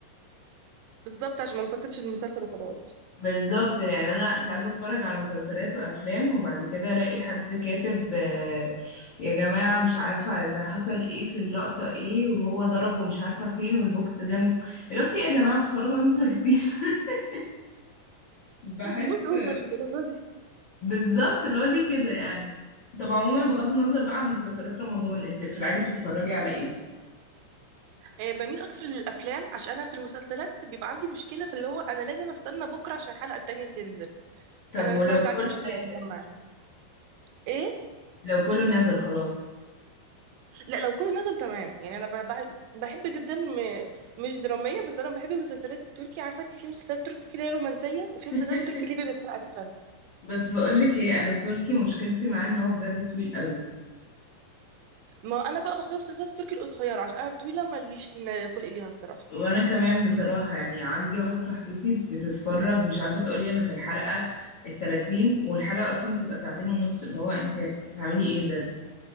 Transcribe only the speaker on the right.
بالظبط عشان ما انتقدش المسلسل وخلاص
ما تبقوش اوفر للدرجه دي
آه، بميل اكتر للافلام عشان انا في المسلسلات بيبقى عندي مشكله في اللي هو انا لازم استنى بكره عشان الحلقه التانيه تنزل
انا
الحوار ده
عندي مشكله
جدا معاه ايه
لا لو كله نزل تمام يعني انا ب- ب- بحب جدا م... مش دراميه بس انا بحب المسلسلات التركي عارفه انت في مسلسلات تركي اللي هي رومانسيه وفي
مسلسلات تركي اللي بيبقى فيها اكشن
ما انا بقى بختار المسلسلات التركي القصيره عشان انا الطويله ماليش لن- خلق ليها الصراحه